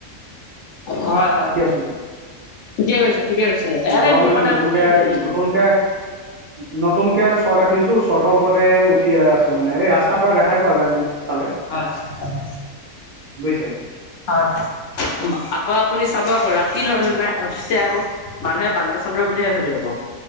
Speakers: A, on the left (about 70°); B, on the right (about 60°).
A: হয়। হয়- হয়
B: আছো।
A: ঠিকে কৈছে ঠিকে কৈছে এ
B: ঘৰৰ
A: মোৰ
B: মানে
A: মতে
B: নতুনকে
A: আপুনি হেৰি।
B: নতুনকে <inaudible> নতুনকে চৰ্ট এখুলিছো চটৰ ওপৰতে উঠি আছো মানে এই ৰাস্তাৰ পৰা দেখাই পোৱা যায় মোক চালে।
A: হয় হয় হয়।
B: বুজিছে।
A: হয় আকৌ আপুনি চাব আকৌ ৰাতি ন' নাই উঠিছে আকৌ। মানুহে বান্দৰ চন্দ্ৰ বুলিহে ভাবি লব।